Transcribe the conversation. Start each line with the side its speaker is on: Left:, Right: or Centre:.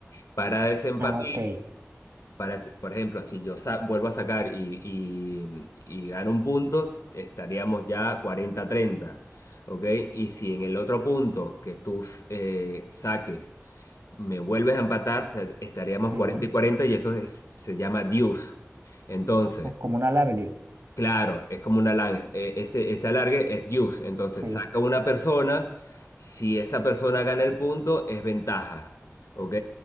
Left: Para desempatar.
Right: Ah, ok,
Left: Para, por ejemplo, si yo sa- vuelvo a sacar y, y, y gano un punto, estaríamos ya 40 treinta, ¿ok? Y si en el otro punto que tú eh, saques me vuelves a empatar, te- estaríamos
Right: sí.
Left: 40 y cuarenta y eso es- se llama deuce. Entonces,
Right: O como un alargue.
Left: Claro, es como una alargue. Ese, ese alargue es deuce. Entonces
Right: Sí,
Left: saca una persona. Si esa persona gana el punto, es ventaja. ¿Ok?